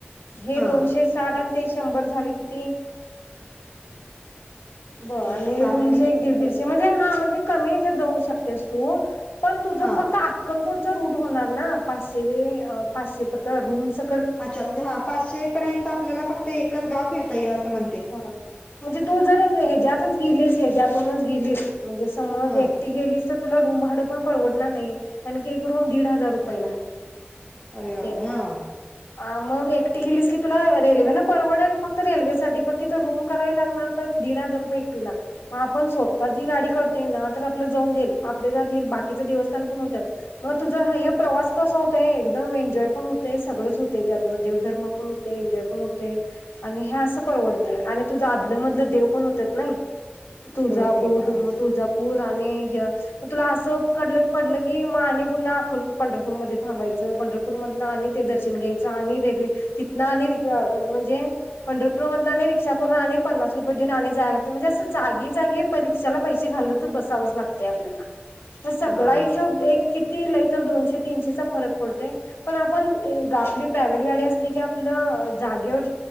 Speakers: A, on the left; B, on the left.
A: हे
B: हा
A: दोनशे साठ आन - ते शंभर झाले किती? ब आणि
B: एकशे साठ
A: रूमच एक दीड दीडशे म्हणजे - हा, म्हणजे कमी याच्यात जाऊ शकतेस तू- पण तुझं
B: हा
A: फक्त अक्कलकोट - त <unintelligible> होणार ना पाचशेतिथे पाचशे रूमच.
B: अच्छा, म्हणजे हा पाचशे पर्यंत आपल्याला फक्त एकच गाव फिरता येईल <unintelligible>
A: ह म्हणजे तू जर हच्यात- तेच <unintelligible> गेलीस हच्यातूनच गेलीस- म्हणजे समज
B: हा
A: एकटी गेली- त तुला रूम भाडे पण परवडणार नाही, कारण की एक रूम दीड हजार रुपयेला आहे.
B: अरे बापरे
A: पन-
B: हा
A: आ मग एकटी गेलीस कि- तुला रेल्वे न परवडेल फक्त रेल्वे साठी- पण तिथं रूम करावी लागणार तर दीड हजार रुपये एकटीला, मग आपण स्वतःची गाडी करते ना तर आपलं जाऊन देईल आपले त्यात हे बाकीच देवस्थान पण होत मग तुझा हा हे प्रवास कसा होत एकदम एन्जॉय पण होत सगळंच होत त्यातन देवधर्म पण होतोय एन्जॉय पण होतोय, आणि ह असं परवडत- आणि तुझं आधलं मधलं देव पण होतात नाही? तुळजापूर
B: होय ते पण आहेच
A: म तुळजापूर- आणि हे, म तुला असं क पडलं की मग आणि पुन्हा <unintelligible> पंढरपूरमध्ये थांबायचंय पंढरपूर मधन आणि ते दर्शन घ्यायचं आणि रेल्वे तिथन आणि- म्हणजे पंढरप- <unintelligible> नाही रीक्षा करून आणि पन्नास रुपये देऊन आणि जायला लागत, म्हणजे असं जागी जागी परीक्षाला पैसे घालत बसावंच लागतंय आपल्याला. हे सगळा
B: हा
A: हिशोब एक कि? ती लय तर दोनशे तीनशेचा फरक पडतोय पण आपण, आपली प्रायव्हेट गाडी असली की आपलं जागेवर